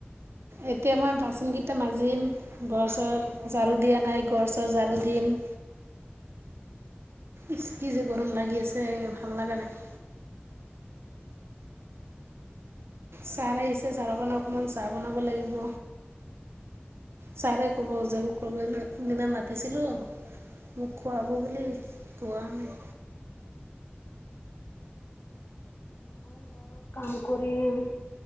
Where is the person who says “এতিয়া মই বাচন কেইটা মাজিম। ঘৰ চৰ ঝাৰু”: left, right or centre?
Right